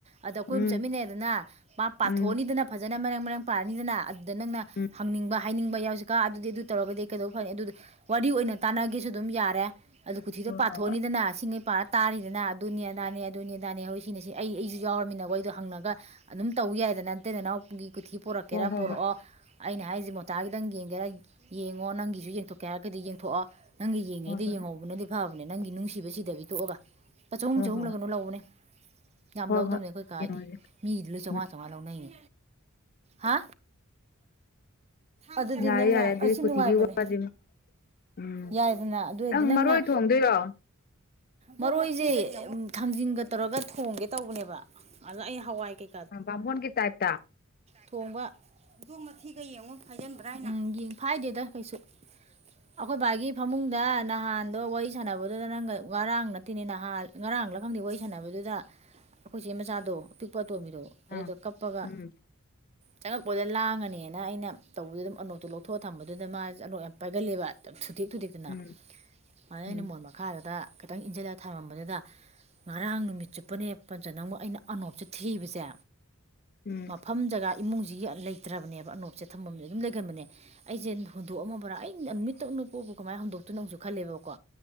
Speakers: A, on the right; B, on the left.
A: ꯑꯗ ꯑꯩꯈꯣꯏ
B: ꯎꯝ
A: ꯑꯍꯨꯝ ꯆꯠꯃꯤꯟꯅꯩꯗꯅ ꯃꯥ ꯄꯥꯊꯣꯛꯑꯅꯤꯗꯅ
B: ꯎꯝ
A: ꯐꯖꯅ ꯃꯔꯥꯡ ꯃꯔꯥꯡ ꯄꯥꯔꯅꯤꯗꯅ ꯑꯗꯨꯗ ꯅꯪꯅ
B: ꯎꯝ
A: ꯍꯪꯅꯤꯡꯕ ꯍꯥꯏꯅꯤꯡꯕ ꯌꯥꯎꯁꯤ ꯀꯥ ꯑꯗꯨꯗꯤ ꯑꯗꯨ ꯇꯧꯔꯒꯗꯤ ꯀꯩꯗꯧꯕ ꯐꯅꯤ ꯑꯗꯨ ꯋꯥꯔꯤ ꯑꯣꯏꯅ ꯇꯥꯟꯅꯒꯁꯨ ꯑꯗꯨꯝ ꯌꯥꯔꯦ ꯑꯗꯨ ꯀꯨꯊꯤꯗꯣ
B: ꯍꯣꯏ
A: ꯄꯥꯊꯣꯛꯑꯅꯤꯗꯅ ꯁꯤꯡꯉꯩ ꯄꯥꯔ ꯇꯥꯔꯤꯗꯅ ꯑꯗꯨꯅꯤ ꯑꯗꯥꯅꯦ ꯑꯗꯨꯅꯤ ꯑꯗꯥꯅꯦ ꯍꯧꯖꯤ ꯁꯤꯅ ꯁꯤ ꯑꯩ ꯑꯩꯁꯨ ꯌꯥꯎꯔꯝꯃꯤꯅꯕ ꯋꯔꯤꯗꯣ ꯍꯪꯉꯒ ꯑꯗꯨꯝ ꯇꯧ ꯌꯥꯏꯗꯅ ꯅꯠꯇꯦ ꯅꯅꯥꯎꯒꯤ ꯀꯊꯤ ꯄꯣꯔꯛꯀꯦꯔꯥ
B: ꯍꯣꯏ ꯍꯣꯏ ꯍꯣꯏ
A: ꯄꯣꯔꯛꯑꯣ
B: ꯍꯣꯏ
A: ꯑꯩꯅ ꯍꯥꯏꯔꯤꯁꯦ ꯃꯣꯆꯥꯒꯤꯗꯪ ꯌꯦꯡꯒꯦꯔꯥ ꯌꯦꯡꯉꯣ ꯅꯪꯒꯤꯁꯨ ꯌꯦꯡꯊꯣꯛꯀꯦ ꯍꯥꯏꯔꯒꯗꯤ ꯌꯦꯡꯊꯣꯛꯑꯣ ꯅꯪꯒꯤ ꯌꯦꯡꯉꯩꯗ
B: ꯍꯣꯏ ꯍꯣꯏ ꯍꯣꯏ
A: ꯌꯦꯡꯍꯧꯕꯅꯗꯤ ꯐꯕꯅꯦ ꯅꯪꯒꯤ ꯅꯨꯡꯁꯤꯕꯁꯤꯗꯕꯤ ꯇꯣꯛꯑꯒ ꯂꯨꯄꯥ ꯆꯍꯨꯝ
B: ꯍꯣꯏ
A: ꯆꯍꯨꯝꯂ
B: ꯍꯣꯏ
A: ꯅꯩꯅꯣ ꯂꯧꯕꯅꯦ ꯌꯥꯝ
B: ꯍꯣꯏ
A: ꯂꯧꯗꯕꯅꯦ
B: ꯍꯣꯏ
A: ꯑꯩꯈꯣꯏ ꯀꯥꯥꯒꯤꯗꯤ
B: ꯌꯦꯡꯉꯁꯦ
A: ꯃꯤꯒꯤꯗꯤ ꯂꯣꯏ ꯆꯧꯉꯥ
B: ꯎꯝ
A: ꯆꯧꯉꯥ ꯂꯧꯅꯩꯅꯦ ꯍꯥ ꯑꯗꯨꯗꯤ
B: ꯌꯥꯔꯦ
A: ꯅꯪꯅ
B: ꯌꯥꯔꯦ ꯑꯗꯨꯗꯤ
A: ꯑꯁꯤ
B: ꯀꯨꯊꯤꯒꯤ
A: ꯅꯨꯡꯉꯥꯏꯕꯅꯦ
B: ꯋꯥꯁꯤꯃ ꯎꯝ
A: ꯌꯥꯏꯗꯅ ꯑꯗꯨ ꯑꯣꯏꯔꯗꯤ
B: ꯅꯪ
A: ꯅꯪꯅ
B: ꯃꯔꯣꯏ ꯊꯣꯡꯗꯣꯏꯔꯣ
A: ꯃꯔꯣꯏꯁꯦ ꯊꯥꯡꯖꯤꯟꯒ ꯇꯧꯔꯒ ꯊꯣꯡꯒꯦ ꯇꯧꯕꯅꯦꯕ ꯑꯗꯣ ꯑꯩ ꯍꯋꯥꯏ ꯀꯩꯀꯩ
B: ꯕꯥꯝꯕꯣꯟꯒꯤ ꯇꯥꯏꯠꯞꯇꯥ
A: ꯊꯣꯡꯕ ꯍꯧꯗꯣꯡ ꯃꯊꯤꯒ ꯌꯦꯡꯉ ꯐꯟꯕ꯭ꯔꯥ ꯅ ꯐꯥꯏꯗꯦꯗ ꯀꯩꯁꯨ ꯑꯩꯈꯣꯏ ꯕꯥꯏꯒꯤ ꯐꯃꯨꯡꯗ ꯅꯍꯥꯟꯗꯣ ꯋꯥꯔꯤ ꯁꯥꯟꯅꯕꯗꯨꯗ ꯅꯪ ꯉꯥꯔꯥꯡ ꯅꯠꯇꯦꯅꯦ ꯅꯍꯥꯟ ꯉꯔꯥꯡꯂ ꯈꯪꯗꯦ ꯋꯥꯔꯤ ꯁꯥꯟꯅꯕꯗꯨꯗ
B: <inaudible>
A: ꯑꯩꯈꯣꯏ ꯆꯦ ꯃꯆꯥꯗꯣ ꯑꯄꯤꯛꯄ ꯑꯇꯣꯝꯕꯤꯗꯣ ꯑꯗꯨꯗꯣ
B: ꯑꯥ
A: ꯀꯞꯄꯒ
B: ꯎꯝ
A: ꯆꯪꯉꯛꯄꯗ ꯂꯥꯡꯉꯅꯦꯅ ꯑꯩꯅ ꯇꯧꯕꯗ ꯑꯗꯨꯝ ꯑꯅꯣꯛꯇꯣ ꯂꯧꯊꯣꯛꯑ ꯊꯝꯕꯗꯨꯗ ꯃꯥꯁꯦ ꯆꯂꯣꯛ ꯌꯥꯝ ꯄꯥꯏꯒꯜꯂꯦꯕ ꯊꯨꯗꯦꯛ ꯊꯨꯗꯦꯛꯇꯅ
B: ꯎꯝ
A: ꯑꯗꯨ
B: ꯎꯝ
A: ꯑꯩꯅ ꯃꯣꯟ ꯃꯈꯥꯗꯨꯗ ꯈꯤꯇꯪ ꯏꯟꯁꯤꯜꯂꯒ ꯊꯝꯃꯝꯕꯗꯨꯗ ꯉꯔꯥꯡ ꯅꯨꯃꯤꯠ ꯆꯨꯞꯄꯅꯦ ꯄꯟꯖ ꯅꯪꯕꯨ ꯑꯃꯨꯛ ꯑꯩꯅ ꯑꯅꯣꯞꯁꯦ ꯊꯤꯕꯁꯦ
B: ꯎꯝ
A: ꯃꯐꯝ ꯖꯒꯥ ꯏꯃꯨꯡꯁꯤꯒꯤ ꯂꯩꯇ꯭ꯔꯕꯅꯦꯕ ꯑꯅꯣꯞꯁꯦ ꯊꯝꯐꯝꯁꯦ ꯑꯗꯨꯝ ꯂꯩꯒꯟꯕꯅꯦ ꯑꯩꯁꯦ ꯍꯨꯟꯗꯣꯛꯑꯃꯕ꯭ꯔꯥ ꯑꯩꯩꯅ ꯅꯨꯃꯤꯠꯇ ꯎꯄꯛꯞ ꯄꯣꯛꯄꯨ ꯀꯃꯥꯏꯅ ꯍꯧꯟꯗꯣꯛꯇꯨꯏꯅꯣ ꯑꯃꯨꯛꯁꯨ ꯈꯜꯂꯦꯕꯀꯣ